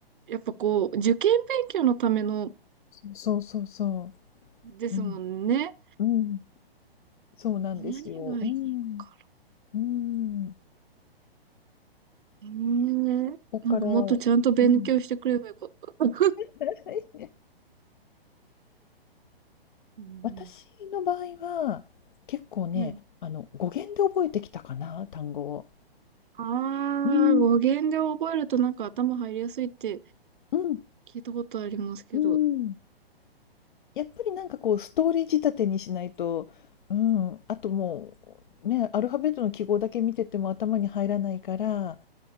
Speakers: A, on the right; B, on the left.
A: やっぱこう、受験勉強のための
B: そうそうそうそ
A: ですもんね。
B: う。うん、うん。そうなんですよ。
A: 何がいいのか
B: うん、うん。
A: ね。
B: だから、
A: なんかもっとちゃんと勉強してくればよかった。
B: うん。<laughs>
A: うん
B: 私の場合は、結構ね、
A: うん。
B: あの、語源で覚えてきたかな、単語を。
A: ああー、
B: うん。
A: 語源で覚えるとなんか頭入りやすいって
B: うん、
A: 聞いたことありますけど。
B: うん。やっぱりなんかこうストーリー仕立てにしないと、うん、あともう、ね、アルファベットの記号だけ見てても頭に入らないから、